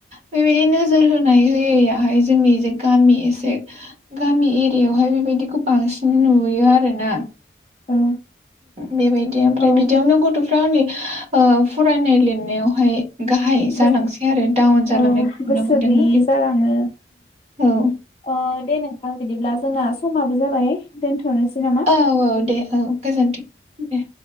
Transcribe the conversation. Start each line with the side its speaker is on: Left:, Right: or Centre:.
Right: बेबायदि नोजोर होनाय होयैयाहाय जोंनि जे गामि एसे गामि एरियायावहाय बेबायदिखौ बांसिन नुयो आरोना
Left: औ
Right: बेबायदि ओमफ्राय
Left: औ
Right: बिदियावनो गथ' फ्रा ओ फरायनाय लिरनायावहाय गाहाय
Left: गोसो
Right: जालांसै आरो डाउन जालांनायखौ
Left: औ गोसो
Right: नुनो मोनदों
Left: गैयि जालाङो
Right: औ
Left: अ दे नोंथां बिदिब्ला जोंना समाबो जाबाय दोनथ'नोसै नामा
Right: औ औ दे औ गोजोन्थों दे